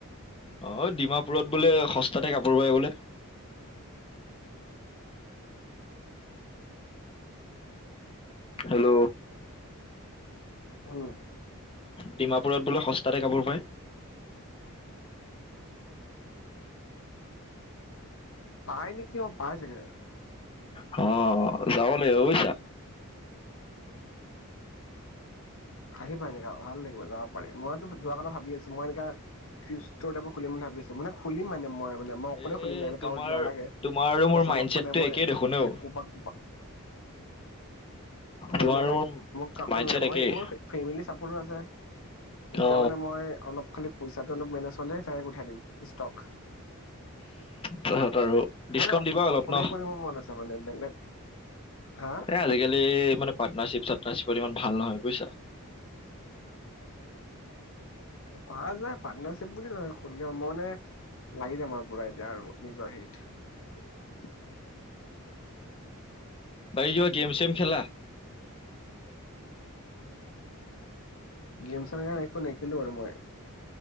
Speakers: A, on the left (about 25°); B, on the left (about 65°).
A: অ', ডিমাপুৰত বোলে সস্তাত তে কাপোৰ পাই বোলে! হেল্ল!
B: হেল্ল!
A: ডিমাপুৰত বোলে সস্তাতে কাপোৰ পায়।
B: পায় নিকি, অ', পাই চাগে।
A: হ, যাব লাগিব বুইছা।
B: আহিবা এনেকা, ভাল লাগ যাব পাৰি। মইতো যোৱাৰ কথা ভাবি আছো। মই এনেকা, ষ্টৰ তাইপৰ খুলিম বুলি ভাবি মানে খুলিম মানে মই। মানে মই অকলে
A: এ
B: খুলিম, লাগিলে
A: তোমাৰ
B: কাৰো নালাগে,
A: তোমাৰ আৰু মোৰ
B: বচ
A: মাইণ্ডছেটটো
B: অলপ মানে মই,
A: একেই দেখোন অ
B: মানে কৌপা কৌপা ভগৱানৰ
A: তোমাৰ আৰু
B: <unintelligible>
A: মোৰ
B: মোক কাকো
A: মাইণ্ডছেট
B: নালাগে, মই,
A: একেই
B: মই ফেমিলি চাপৰ্ট আছে। এতিয়া
A: অ
B: মানে মই অলপ খালি চাটো অলপ মেনেজ হ'লে <unintelligible> উঠাই দিম। ষ্টক।
A: তাৰপিছত আৰু ডিচকাউণ্ট
B: মানে, অ-অকলেই
A: দিবা অলপ ন
B: কৰিব মন আছে মানে, বেলেগ হা
A: এ, আজিকালি মানে পাৰ্টনাৰশিপচত আছো। <unintelligible> ইমান ভাল নহয় বুজিছা।
B: পাৰা যায় পাৰ্নাৰশিপ বুলি নহয়, খুলিয়াও মই মানে, লাগি যাম আৰু পুৰা এতিয়া আৰু নিজৰ হেৰিত।
A: বায়ীয় গেম চেম খেলা?
B: গেম ছেম একো নেখেলো আৰু মই।